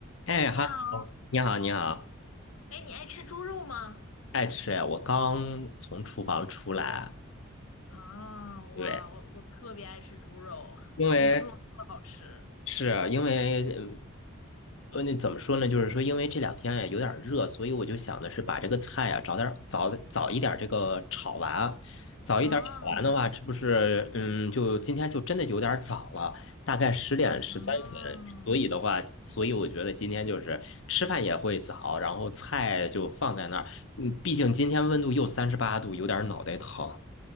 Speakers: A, on the left (about 65°); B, on the left (about 80°).
A: 哎哈喽，
B: 你好，
A: 你好，你好，
B: 哎，你爱吃猪肉吗？
A: 爱吃哎，我刚从厨房出来，
B: 啊，哇，
A: 对，
B: 我我特别爱吃猪肉，
A: 因为
B: 我觉得猪肉特好吃。
A: 是因为嗯呃，那怎么说呢？就是说，因为这两天呀有点儿热，所以我就想的是把这个菜呀早点儿早早一点儿这个炒完，早一点儿炒完的话，
B: 啊
A: 这不是嗯，就今天就真的有点儿早了，大概十点十三分。
B: 啊
A: 所以的话，所以我觉得今天就是吃饭也会早，然后菜就放在那儿。嗯，毕竟今天温度又三十八度，有点儿脑袋疼。